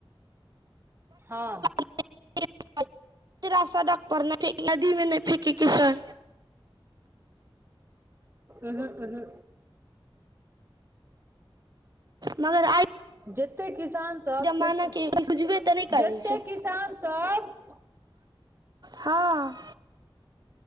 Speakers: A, on the right; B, on the right.
A: हँ।
B: <unintelligible> नदीमे नहि फेेकैके छै।
A: उहु उहु।
B: मगर आइ
A: जेते किसान सब
B: जमाना
A: ख
B: के बुझबे तऽ नहि करै
A: जते
B: छै
A: किसान सब
B: हँ।